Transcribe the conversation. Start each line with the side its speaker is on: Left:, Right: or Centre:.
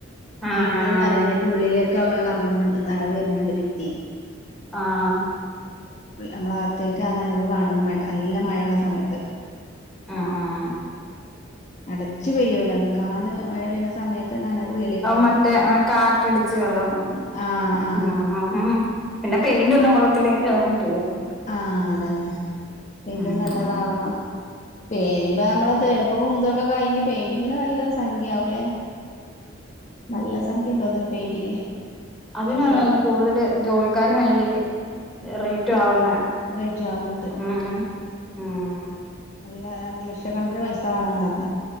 Centre: ആഹ് ആഹ്
Left: ഭിത്തി നനഞ്ഞിട്ട് ഉള്ളിലേക്കെ ആ വെള്ളംറങ്ങുന്നുണ്ട് നന വരുന്നുണ്ട് ഭിത്തിന്ന്
Centre: ആഹ്
Left: നമ്മള അകത്തേക്ക് അ നനവ് കാണുന്ന മഴ നല്ല മഴയുള്ള സമയത്ത്
Centre: ആഹ് ആഹ്
Left: അടച്ചു പെയ്യുവലോ നിക്കാതെ മഴ പെയ്യണ സമയത്ത് നനവ്ഉള്ളിൽ
Centre: മറ്റേ കാറ്റടിച്ച് വെള്ളം വു
Left: ആ ആ
Centre: ഉ ആ ഉ പിന്നെ പെയിന്റ് ഒന്നും കൊള്ളത്തില്ലെങ്കിൽ അതങ്ങ് പോവും
Left: ആഹ് അതാണ് പെയ്ന്റും
Centre: ഉം
Left: നല്ലതാവണം
Centre: ഉം
Left: പെയിന്പ്പ നമ്മള തേപ്പും ഇന്തൊക്കെ കഴിഞ്ഞ് പെയിന്റിങ്ങിന് നല്ലൊരു സംഖ്യ ആവുലേ നല്ല സംഖ്യ ഉണ്ടോന്നല്ല പെയിന്റിങ്ങിന്
Centre: അതിനാണ്
Left: ലക്ഷം
Centre: നന്ന് കൂടുതൽ ജോലിക്കാരന് വേണ്ടി റേറ്റ ആവുന്ന
Left: അതേറ്റ ആവുന്നുണ്ട്
Centre: ആഹ് ആഹ്
Left: അല്ല രണ്ടു ലക്ഷക്കണക്കിന് പൈസ വേണംന്നർഞ്ഞെ